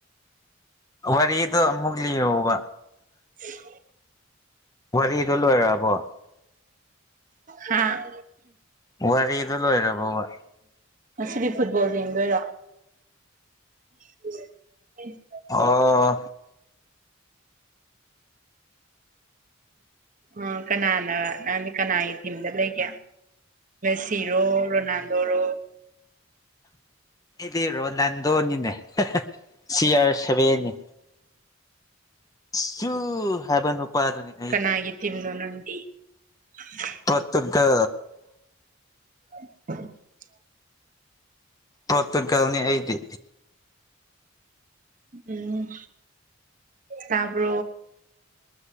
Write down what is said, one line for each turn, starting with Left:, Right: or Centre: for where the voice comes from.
Left: ꯋꯥꯗꯨ ꯃꯨꯒꯂꯤꯕ
Right: ꯍ
Left: ꯋꯥꯔꯤꯗꯣ ꯂꯣꯏꯔꯕꯣ
Right: ꯍꯥ
Left: ꯋꯥꯔꯤꯗ ꯂꯣꯏꯔꯕꯔꯕꯕꯥ
Right: ꯉꯁꯤꯗꯤ ꯐꯨꯠꯕꯣꯜ ꯌꯦꯡꯗꯣꯏꯔꯥ ꯎ
Left: ꯑꯥ
Right: ꯑ ꯀꯅꯥꯅ ꯀꯅꯥꯒꯤ ꯊꯤꯝꯗ ꯂꯩꯒꯦ ꯁꯤꯔꯣ ꯔꯣꯅꯥꯜꯗꯣ ꯔꯣ
Left: ꯗꯤ ꯔꯣꯅꯥꯜꯗꯣꯅꯤꯅꯦ ꯁꯤꯌꯥꯔ ꯁꯕꯦꯅꯤ ꯁꯨ ꯍꯥꯏꯕ ꯅꯨꯄꯥꯗꯨꯅꯤ ꯑꯩ
Right: ꯀꯅꯥꯒꯤ ꯇꯤꯝꯅꯣ <inaudible>
Left: ꯄꯠꯇꯗ
Right: <inaudible>
Left: ꯄꯣꯔꯇꯨꯒꯜꯅꯤ ꯑꯩꯗꯤ
Right: ꯎꯝ ꯇꯄ